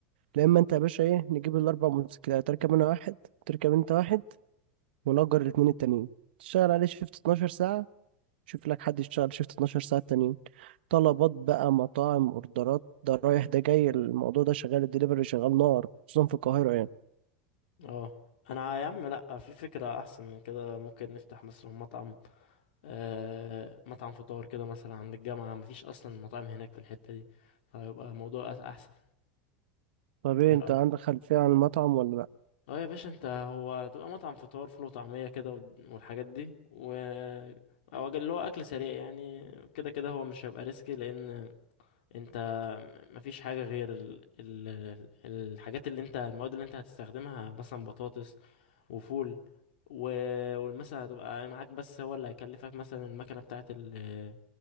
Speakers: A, on the right; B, on the left.
A: لا إما أنت يا باشا إيه نجيب الأربع موتوسيكلات تركب أنا واحد تركب أنت واحد ونأجر الاتنين التانيين تشتغل عليه شيفت 12 ساعة شوف لك حد يشتغل شيفت 12 ساعة التانيين طلبات بقى مطاعم أوردرات ده رايح ده جاي الموضوع ده شغال الدليفري شغال نار خصوصا في القاهرة يعني
B: اه انا يا عم لا في فكرة احسن من كده ممكن نفتح مثلا مطعم آه مطعم فطار كده مثلا عند الجامعة مفيش اصلا مطاعم هناك في الحتة دي فيبقى موضوع أس- احسن
A: طب إيه
B: ايه
A: أنت
B: رأيك
A: عندك خلفية عن المطعم ولا
B: اه يا باشا انت هو تبقى مطعم فطار فول وطعمية كده وال- والحاجات دي و او اللي هو اكل سريع يعني كده كده هو مش هيبقى ريسكي لان انت مفيش حاجة غير ال... ال... الحاجات اللي انت المواد اللي انت هتستخدمها مثلا بطاطس وفول و... والمثلا هتبقى معاك بس هو اللي هيكلفك مثلا المكنة بتاعة ال-